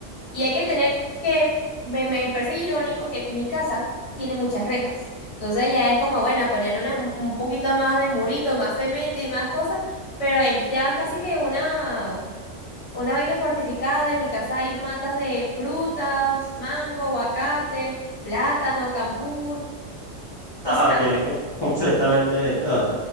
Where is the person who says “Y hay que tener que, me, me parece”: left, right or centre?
Left